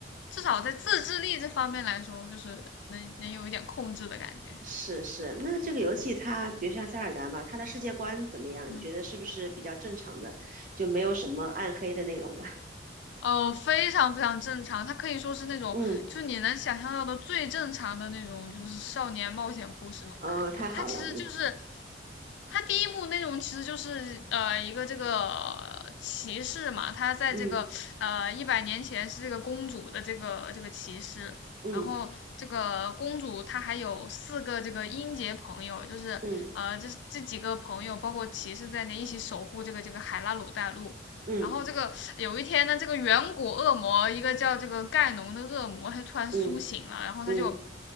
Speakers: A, on the left; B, on the right.
A: 至少在自制力这方面来说，就是能能有一点控制的感觉，
B: 是是，那这个游戏它，比如像塞尔达嘛，它的世界观怎么样？
A: 嗯。
B: 你觉得是不是比较正常的，就没有什么暗黑的内容吧？
A: 哦，非常非常正常，它可以说是那种，
B: <laughs> 嗯，
A: 就是你能想象到的最正常的那种，就是少年冒险故事那种感觉。
B: 哦，太好了，
A: 它其实就是，它第一部内容其实就是呃一个这个呃骑士嘛，他在这个呃一百年前是这个公主的这个这个骑士，
B: 嗯嗯
A: 然后这个公主她还有四个这个英杰朋友，就是呃这这几个朋友包括骑士在内一起守护这个这个海拉鲁大陆。
B: 嗯嗯
A: 然后这个有一天呢，这个远古恶魔，一个叫这个盖农的恶魔，他就突然苏醒了，
B: 嗯
A: 然后他就，
B: 嗯